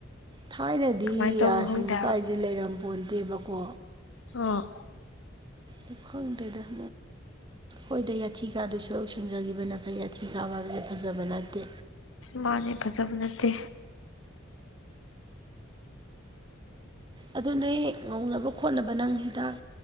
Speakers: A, on the right; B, on the left.
A: ꯊꯥꯏꯅꯗꯤ
B: ꯀꯃꯥꯏꯅ ꯇꯧꯅꯣ
A: ꯌꯥ
B: ꯈꯪꯗꯦ
A: ꯁꯤꯡꯕ
B: ꯍꯥꯏꯕ
A: ꯀꯥꯏꯁꯦ ꯂꯩꯔꯝꯕꯄꯣꯟꯗꯦꯕꯀꯣ
B: ꯑꯥ
A: ꯎ ꯑꯩ ꯈꯪꯗ꯭ꯔꯦꯗꯛ ꯍꯣꯏꯗ ꯌꯥꯊꯤ ꯀꯥꯗ ꯁꯔꯨ ꯁꯦꯡꯖꯈꯤꯕꯅꯦ ꯃ ꯑꯊꯤ ꯀꯥꯕ ꯍꯥꯏꯕꯁꯦ ꯐꯖꯕ ꯅꯠꯇꯦ
B: ꯃꯥꯅꯦ ꯐꯖꯕ ꯅꯠꯇꯦ
A: ꯑꯗꯨ ꯅ ꯉꯧꯅꯕ ꯈꯣꯠꯅꯕ ꯅꯪ ꯍꯤꯗꯥꯛ